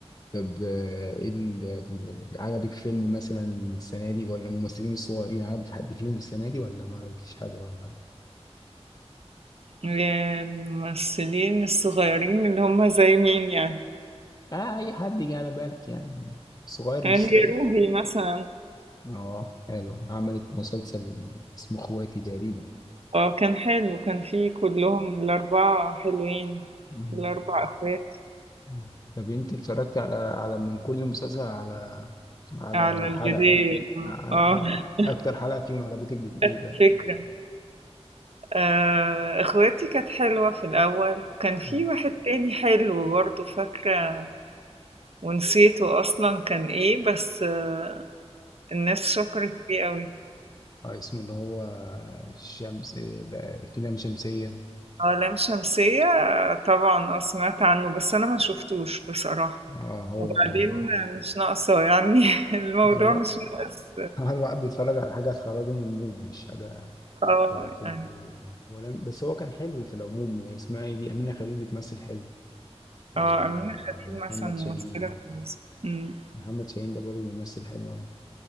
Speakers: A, on the left (about 35°); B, on the right (about 65°).
A: طب آه، ايه ال- عجبك فيلم مثلا السنة دي ولا الممثلين الصغيرين عجبك حد فيهم السنة دي ولا ما عجبكيش حاجة ولا
B: الممثلين الصغيّرين اللي هُم زي مين يعني؟
A: اه أي حد جه على بالك يعني صغير
B: هي
A: مش
B: روبي مثلًا
A: اه حلو عملت مسلسل اسمه اخواتي تقريبا
B: آه، كان حلو، كان في كلّهم ال4 حلوين،
A: مم.
B: ال4 أخوات
A: مم. طب انت اتفرجت على على من كل مسلسل على على
B: على الجدال
A: حلقة
B: آه،
A: على
B: آه <laughs>
A: اكتر حلقة فيهم عجبتك بت- ايه
B: خدت
A: بقى
B: فكرة. آآ، أخواتي كانت حلوة في الأول، وكان في
A: مم.
B: واحد تاني حلو برضه فاكرة ونسيته أصلًا كان إيه، بس آه، الناس شكرت فيه أوي.
A: اه اسمه اللي هو الشمس لا، لام شمسية
B: اه لام شمسية آه، طبعا اه سمعت عنه بس انا ما شفتوش بصراحة
A: اه هو
B: وبعدين
A: آه،
B: مش ناقصة يعني <laughs> الموضوع
A: الو-
B: مش ناقص
A: آه، الواحد بيتفرج على حاجة تخرجه من المود مش حاجة
B: اه
A: ترخم
B: يعني
A: عليه يعني ولا بس هو كان حلو في العموم يعني اسمها ايه دي أمينة خليل بتمثل حلو ومحمد
B: اه أمينة خليل مثلا ممثلة
A: شاهين
B: كويسة أمم،
A: محمد شاهين ده برضه ممثل حلو أوي